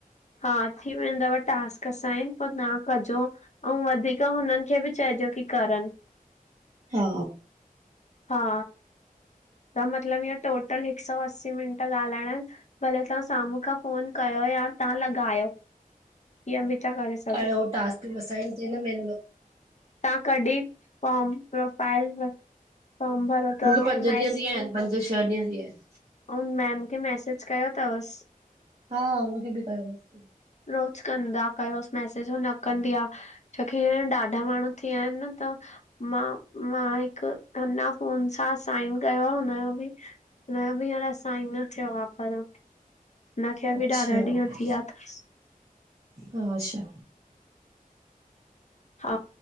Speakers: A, on the left; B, on the right.
A: हा थी वेंदव टास्क असाइन परि न कजो, अऊं वधीक त हुननि खे बि चइजो की करनि।
B: हा।
A: हा। त मतलबु इअं टोटल हिक सौ अस्सी मिंट ॻाल्हाइणा भले तहां साम्हूं खां फोन कयो या तहां लगायो इअ बि ता करे सघ
B: अ हो टास्क असाइन थिए न म
A: तव्हां कॾहिं फॉर्म प्रोफाइल मां फॉर्म भरयो अथव?
B: मूंखे पंज ॾींहं थी विया आहिन पंज छह ॾींह थी विया आहिन।
A: अउं मेम खेे मैसेज कयो अथवसि?
B: हा हुनखे बि कयो मैसेज।
A: रोज़ कंदा कयोसि मैसेज, हू न कंदी आ। छोकी हीं ॾाढा माण्हू थी विया आहिनि न त मां, मां हिकु अञा फोन सां साइन कयो आ हुनजो बि न बि हींअर असां ई न थियो आ पर हुनखे
B: अच्छा
A: बि ॾाहा ॾींहं थी विया तस,
B: हा अच्छा
A: हा,